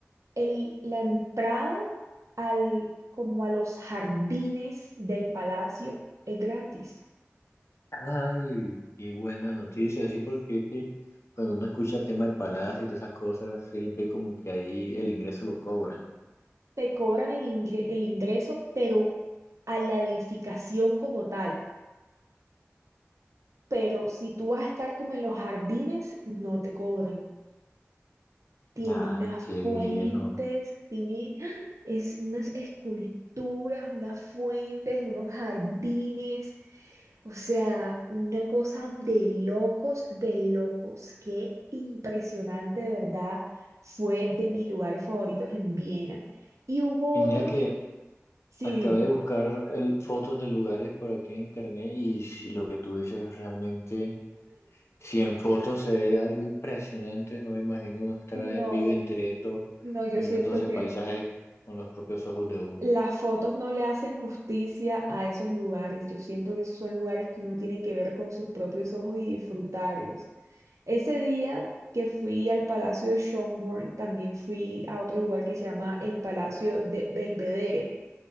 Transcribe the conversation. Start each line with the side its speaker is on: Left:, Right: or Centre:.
Right: el, la entrada al, como a los jardines del palacio es gratis.
Left: Ay, qué buena noticia, sí, porque es que cuando uno escucha temas de paladas y todas esas cosas, siempre como que ahí el ingreso lo cobran.
Right: te cobran el ingre- el ingreso, pero a la edificación como tal. Pero si tú vas a estar como en los jardines, no te cobran. Tiene
Left: Ay,
Right: unas
Left: qué bien,
Right: fuentes,
Left: ¿no?
Right: tiene <gasps> ¡ah! es unas esculturas, unas fuentes, unos jardines. O sea, una cosa de locos, de locos. Qué impresionante, de verdad. Fue de mis lugares favoritos en Viena. Y hubo
Left: Y
Right: otro
Left: mira que
Right: que, sí,
Left: acabé
Right: dime.
Left: de buscar el- fotos de lugares por aquí en internet y si lo que tú dices realmente... Si en fotos se ve algo impresionante, no me imagino uno estar
Right: No.
Left: en vivo, y en directo,
Right: No, yo
Left: viendo
Right: siento
Left: todo ese
Right: que
Left: paisaje con los propios ojos de uno.
Right: las fotos no le hacen justicia a esos lugares. Yo siento que esos son lugares que uno tiene que ver con sus propios ojos y disfrutarlos. Ese día que fui al Palacio de Schönborn, también fui a otro lugar que se llama el Palacio de Belvedere,